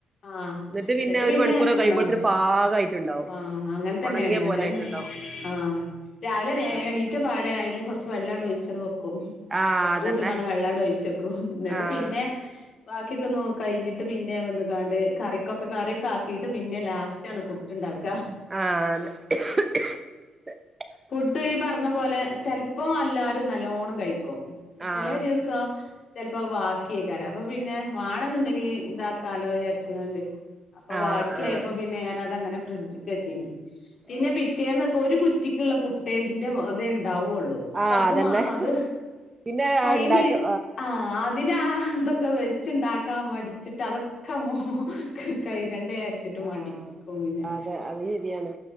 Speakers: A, on the left; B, on the right.
A: ആഹ്
B: എന്നിട്ട്
A: ന്നിട്ട്
B: ഒരു
A: പിന്നെ
B: മണിക്കൂറൊക്കെ കഴിയുമ്പോഴത്തിന്
A: ആഹ്
B: പാകായിട്ടുണ്ടാവും
A: ആഹ് അങ്ങനൻ തന്നെണ്
B: ഉണങ്ങിയ പോലെ
A: അങ്ങനെന്നെ
B: ആയിട്ടുണ്ടാവും
A: ആഹ് രാവിലെ
B: ആഹ്
A: എണീറ്റ പാടെ അയില് കൊറച്ച് വെള്ളംണ്ട് ഒഴിച്ചണ്ട് വെക്കും
B: ആഹ്
A: ഉപ്പൂട്ട്ക്കാണ്ട്
B: അതന്നെ
A: വെള്ളാണ്ട് ഒഴിച്ചെക്കും ന്നിട്ട്
B: ആഹ്
A: പിന്നെ ബാക്കിയൊക്കെ നോ കഴിഞ്ഞിട്ട് പിന്നെ വന്നികാണ്ട് കറിക്കൊക്കെ കറിയൊക്കെ ആക്കിട്ട് പിന്നെ ലാസ്റ്റണ് പുട്ട്ണ്ടാക്ക
B: ആഹ് അതെ
A: പുട്ട് ഈ പറഞ്ഞ പോലെ ചെലപ്പോ എല്ലാരും നല്ലോണം കഴിക്കും
B: ആഹ്
A: ചെലേ ദിവസം ചെപ്പോ ബാക്കിയേക്കാര അപ്പൊ പിന്നെ വാണന്നുണ്ടെങ്കി ഇതാക്കാലോ വിചാരിച്ച്ക്കാണ്ട് അപ്പൊ
B: ആഹ്
A: ബാക്കിയായപ്പോ
B: ആഹ്
A: പിന്നെ ഞാനതങ്ങനെ ഫ്രിഡ്ജ്ക്ക് വെച്ചീനി പിന്നെ
B: ആഹ്
A: പിറ്റേന്നൊക്കെ ഒരു കു റ്റിക്ക്ള്ള പുട്ടേ ന്റെ തേ ഇണ്ടാവൊള്ളൂ
B: ആഹ്
A: അപ്പൊ അത്
B: അതന്നെ
A: മാ അത്
B: പിന്നെ
A: അയിന്
B: ഉണ്ടാക്ക
A: ആഹ് അത് അതിനാ ഇതൊക്കെ വെച്ചുണ്ടാക്കാൻ മടിച്ചിട്ട് അതൊക്കെ മോ കൈകണ്ട വിചരിച്ചിട്ട് മടിക്കും
B: ആഹ്
A: പിന്നെ
B: അതെ അത് ശരിയാണ്